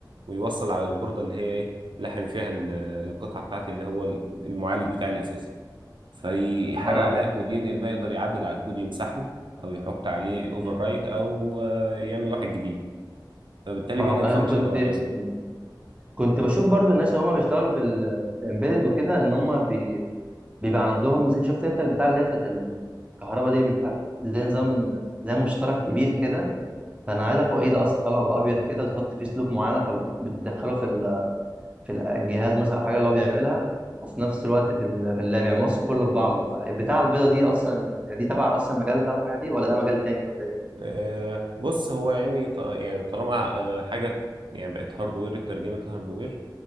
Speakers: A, on the right; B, on the right.
A: ويوصل على البوردة اللي هي ايه لحم فيها ال- القطعة بتاعتي اللي هو المعالج بتاعي الاساسي فيحرق
B: اه
A: عليها
B: اه
A: كود ينقل بقى يقدر يعدل على الكود يمسحه او يحط عليه اوفر
B: امم
A: رايت او آه، يعمل واحد جديد فبالتالي
B: اه
A: بينقل الفانكشن
B: انا كنت
A: اللي هو عايزها
B: مم. كنت بشوف برضو الناس اللي هم بيشتغلوا في الامبيدد وكده ان هم بي... بيبقى عندهم زي... شفت انت البتاع اللي هي بتاعت الكهرباء دي بيبقى زي نظام زي مشترك كبير كده فانا عايز اعرف هو ايه ده اصلا طلع ابيض كده وتحط فيه سلوك معينه فبتدخله في في الجهاز مثلا او حاجه اللي هو بيعملها وفي نفس الوقت في ال- في اللاب يعني موصل كله في بعضه فالبتاع البيضه دي اصلا يعني دي تبع اصلا المجال ده والحاجه دي ولا ده مجال تاني ولا ايه؟
A: آه، بص هو يعني ط- يعني طالما آه، حاجه يعني بقت هاردوير اترجمت لهاردوير